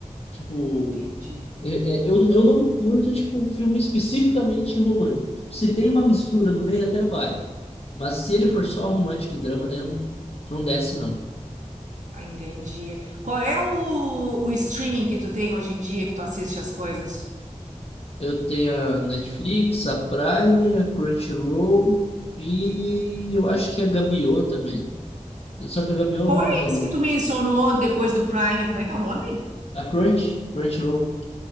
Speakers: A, on the left; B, on the right.
A: Tipo,
B: Entendi.
A: é- é- eu, eu não curto, tipo, um filme especificamente romântico. Tipo, Se tem uma mistura no meio, até vai. Mas se ele
B: Ah,
A: for só romântico e drama, daí eu não, não desce, não.
B: ah, entendi. Qual é o, o streaming que tu tem hoje em dia que tu assiste as coisas?
A: Eu tenho a Netflix, a Prime, a Crunchyroll e eu acho que a Gabiô também. Só que a Gabiô
B: Qual
A: eu não
B: é
A: uso,
B: isso
A: não.
B: que tu mencionou depois do Prime? Como é que é o nome?
A: A Crunch, Crunchyroll.